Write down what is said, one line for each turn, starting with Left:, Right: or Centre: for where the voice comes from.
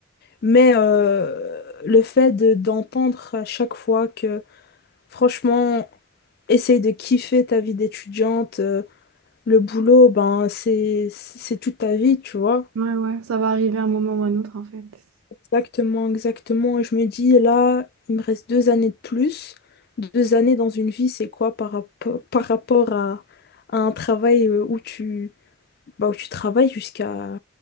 Left: Mais euh, le fait de- d'entendre à chaque fois que, franchement, essaye de kiffer ta vie d'étudiante, euh, le boulot, ben, c'est, c'est toute ta vie, tu vois.
Right: Ouais, ouais, ça va arriver un moment ou un autre en fait.
Left: Exactement, exactement. Et je me dis, là, il me reste deux années de plus. Deux années dans une vie, c'est quoi par, rapport- par rapport à, à un travail euh, où tu, bah, où tu travailles jusqu'à